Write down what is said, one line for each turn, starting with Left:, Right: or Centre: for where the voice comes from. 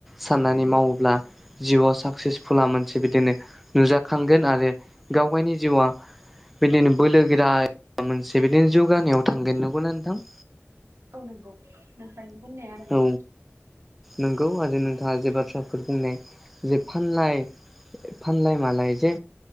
Centre: साननानै मावो ब्ला जिउआव साक्सेसफुला मोनसे बिदिनो नुजाखांगोन आरो गाव गावनि जिउआ बिदिनो बोलोगोरा मोनसे बिदिनो जौगानायाव थांगोन नंगौना नोंथां
Right: औ नंगौ नोंफ्राय बुंनाया नोंगौ
Centre: औ नंगौ आरो नोंथाङा जे बाथ्राफोर बुंनाय जे फानलाय फानलाय मालाय जे